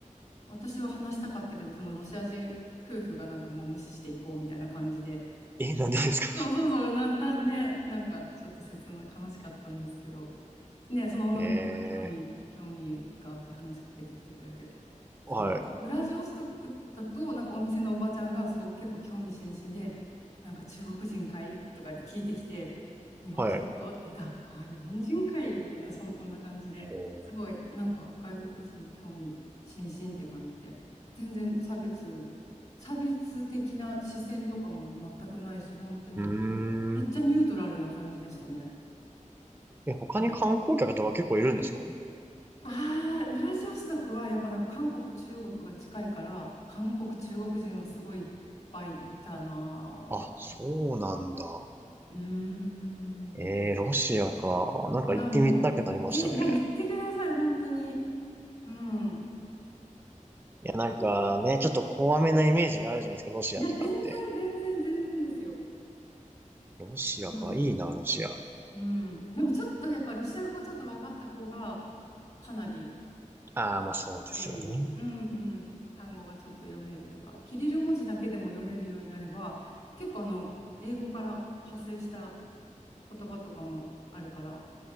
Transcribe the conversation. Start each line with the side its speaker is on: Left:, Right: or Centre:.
Left: 私は話したかったけど、そのロシア人夫婦がなんかもう無視していこうみたいな感じで言ったので。
Right: えー、なんでですか
Left: そうそうそう、な、な、ね、なんかちょっと切な、悲しかったんですけど、ね、その女の子が興味、
Right: <laughs> ええ
Left: 興味があって話しかけてきてくれて。そう。
Right: ー、はい、
Left: あと、ウラジオストクだと、なんかお店のおばちゃんがすごく結構興味津々で、なんか中国人かいとかって聞いてきて、日本人よって言ったら、
Right: はい。
Left: ああ、日本人かいみたいな、そん、そんな感じで、
Right: えー、
Left: すごい、なんか外国人に興味。新進って感じで、全然差別、差別的な視線とかも全くないし、本当に、
Right: うー
Left: めっちゃニュートラルな感じでしたね。
Right: ん。え、他に観光客とか結構いるんですか
Left: うんああ、ウラジオストクはやっぱなんか韓国、中国が近いから、韓国、中国人はすごいいっぱいいたなぁ。
Right: あ、そうなんだ。
Left: うーん。
Right: ええー、
Left: い
Right: ロシアか。なんか行ってみたくなりましたね。
Left: や、もう、ぜ、いや、言ってください、本当に。うん。
Right: いや、なんかね、ちょっと怖めなイメージがあるじゃないですか、ロシアとかって。
Left: いや、全然、全然、全然ですよ。
Right: ロシアか、
Left: うん。
Right: いいな、ロシア。
Left: うん。でもちょっとやっぱロシア語がちょっと分かった方がかなり
Right: ああ、まあそうですよね。
Left: 便利。うんうん。単語がちょっと読めるとか、キリル文字だけでも読めるようになれば、結構あの、英語から派生した言葉とかもあるから、